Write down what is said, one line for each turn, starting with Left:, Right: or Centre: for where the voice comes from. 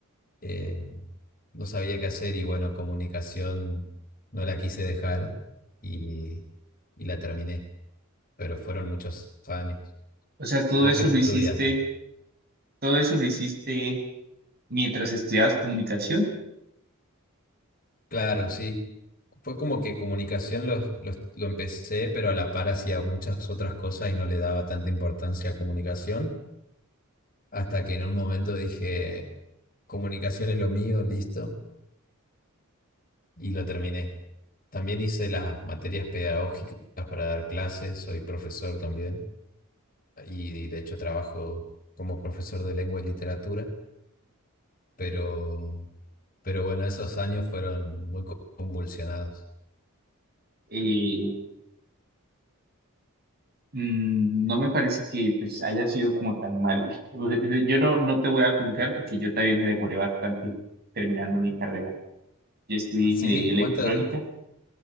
Left: eh, no sabía qué hacer y bueno, comunicación no la quise dejar y, y la terminé, pero fueron muchos años.
Right: o sea, todo
Left: ¿Vos
Right: eso
Left: qué estudiaste?
Right: lo hiciste, todo eso lo hiciste mientras estudiabas comunicación.
Left: Claro, sí. Fue como que comunicación lo, lo, lo empecé, pero a la par hacía muchas otras cosas y no le daba tanta importancia a comunicación, hasta que en un momento dije, comunicación es lo mío, listo, y lo terminé. También hice las materias pedagógicas para dar clases, soy profesor también. y de hecho trabajo como profesor de lengua y literatura, pero, pero bueno, esos años fueron muy convulsionados.
Right: Eh, Mm, no me parece que pues haya sido como tan mal. <laughs> Yo no, no te voy a juzgar porque yo también me demoré bastante terminando mi carrera. Yo estudié
Left: Sí,
Right: ingeniería electrónica.
Left: cuánta,